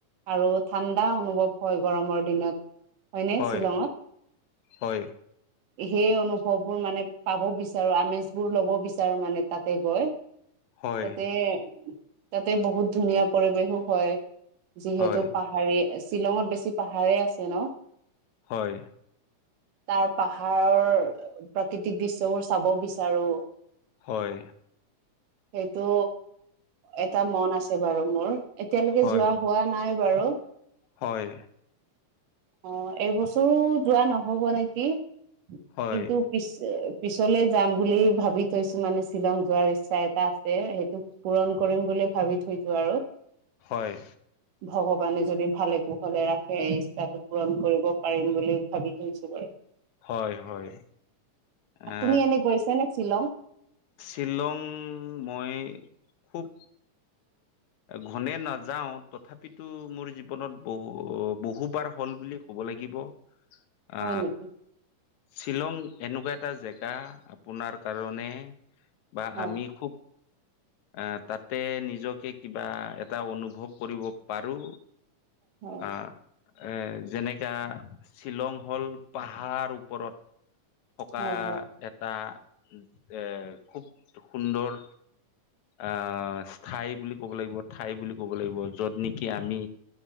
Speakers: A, on the right; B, on the left.
A: আৰু ঠাণ্ডা অনুভৱ হয় গৰমৰ দিনত হয়নে
B: হয়
A: শ্বিলঙত।
B: হয়
A: সেই অনুভৱবোৰ মানে পাব বিচাৰো আমেজ বোৰ ল'ব বিচাৰো মানে তাতে গৈ।
B: হয়
A: তাতে তাতে বহুত ধুনীয়া পৰিৱেশো হয়। যিহেতু
B: হয়
A: পাহাৰী শ্বিলঙত বেছি পাহাৰেই আছে ন।
B: হয়।
A: তাৰ পাহাৰৰ প্ৰাকৃতিক দৃশ্যবোৰ চাব বিচাৰো।
B: হয়।
A: সেইটো এটা মন আছে বাৰু মোৰ এতিয়ালৈকে
B: হয়
A: যোৱা হোৱা নাই বাৰু।
B: হয়।
A: অ এইবছৰো যোৱা নহ'ব নেকি?
B: হয়
A: কিন্তু পি পিছলে যাম বুলি ভাবি থৈছো মানে শ্বিলং যোৱাৰ ইচ্ছা এটা আছে সেইটো পূৰণ কৰিম বুলি ভাবি থৈছো আৰু
B: হয়
A: ভগৱানে যদি ভালে কুশলে ৰাখে সেই ইচ্ছাটো পূৰণ কৰিব পাৰিম বুলি ভাবি থৈছোঁ ম।
B: হয় হয়।
A: আপুনি
B: এ
A: এনে গৈছে নে শ্বিলং?
B: শ্বিলং মই খুব ঘনে নাযাও তথাপিতো মোৰ জীৱনত বহু বহুবাৰ হল বুলি ক'ব লাগিব আ
A: হয় নেকি
B: শ্বিলং এনেকুৱা এটা জেগা আপোনাৰ কাৰণে বা
A: হয়
B: আমি খুব এ তাতে নিজকে কিবা এটা অনুভৱ কৰিব পাৰো
A: হয়
B: আহ এ যেনেকা শ্বিলং হ'ল পাহাৰ ওপৰত থকা
A: হয় হয়
B: এটা এ খুব সুন্দৰ আহ স্থায় বুলি ক'ব লাগিব ঠাই বুলি ক'ব লাগিব যত নেকি আমি